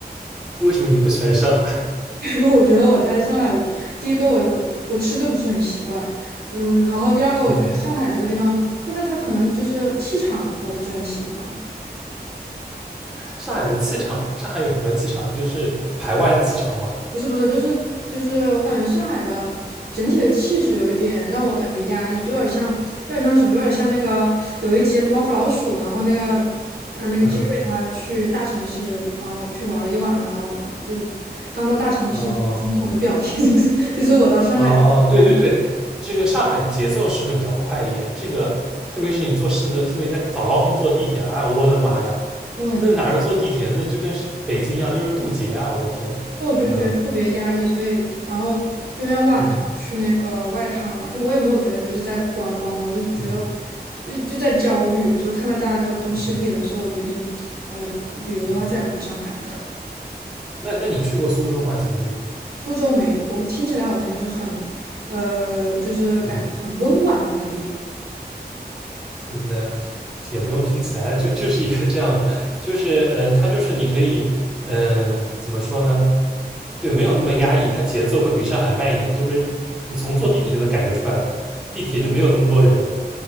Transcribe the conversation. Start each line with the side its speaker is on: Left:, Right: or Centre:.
Centre: 为什么你不喜欢上海？
Right: <laughs> 因为我觉得我在上海，第一个我我我吃都不是很习惯，嗯，然后第二个我觉得上海这个地方，
Centre: <laughs> 嗯，
Right: 但它它可能就是气场我不是很喜欢，
Centre: 上海的气场，上海有什么气场？就是排外的气场嘛。
Right: 不是不是，就是就是我感觉上海的整体的气质有一点让我感觉压抑，就有点像有点像什么，有点像那个有一集《猫和老鼠》，然后那个呃那个杰瑞他去大城市，
Centre: 嗯，
Right: 然后去玩了一晚上，然后就是刚到大城市惊恐的表现，
Centre: 哦。
Right: <laughs> 就是我到上海的感觉。
Centre: 哦哦，对对对，这个上海节奏是会比较快一点。这个特别是你坐那个，特别你在早高峰坐地铁，哎呀，我的妈呀，
Right: 对，
Centre: 那哪是坐地铁，那就跟是北京一样，就是渡劫啊！我的天，
Right: 那我就觉得特别压抑，
Centre: 嗯
Right: 所以然后就像晚上去那个外滩玩儿就我也没有觉得就是在观光，
Centre: 嗯
Right: 我就觉得
Centre: 嗯
Right: 就就在焦虑，就是看到大家这个都市丽人，
Centre: 嗯
Right: 所以我决定，呃，旅游的话再也不去上海了。
Centre: 嗯，
Right: <laughs>
Centre: 那那你去过苏州吗？曾经？
Right: 苏州没有，我听起来好像就是很，呃，就是感觉很温婉的一个地方。
Centre: 嗯。嗯，那也不用听起来，就就是一个这样的，就是嗯，它就是你可以，嗯，怎么说呢？对，没有那么压抑，它节奏会比上海慢一点，这不是你从坐地铁就能感觉出来了，地铁就没有那么多人，